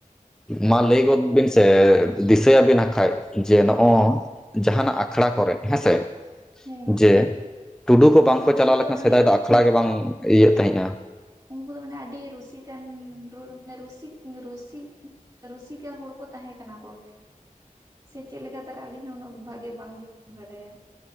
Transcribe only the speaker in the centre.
ᱢᱟ ᱞᱟᱹᱭ ᱜᱚᱫᱽ ᱵᱤᱱ ᱥᱮ ᱫᱤᱥᱟᱹᱭᱟᱵᱤᱱ ᱦᱟᱜ ᱠᱷᱟᱱᱡ ᱡᱮ ᱱᱚᱜ ᱚ ᱡᱟᱦᱱᱟᱜ ᱟᱠᱷᱲᱟ ᱠᱚᱨᱮᱜ ᱦᱮᱸᱥᱮ᱾
ᱡᱮ ᱴᱩᱰᱩ ᱠᱚ ᱵᱟᱝᱠᱚ
ᱪᱟᱞᱟᱣ
ᱞᱮᱠᱷᱟᱱ
ᱥᱮᱫᱟᱭ ᱫᱚ ᱟᱠᱷᱲᱟ ᱜᱮ ᱵᱟᱝ ᱤᱭᱟᱹᱜ ᱛᱟᱦᱮᱸᱜᱼᱟ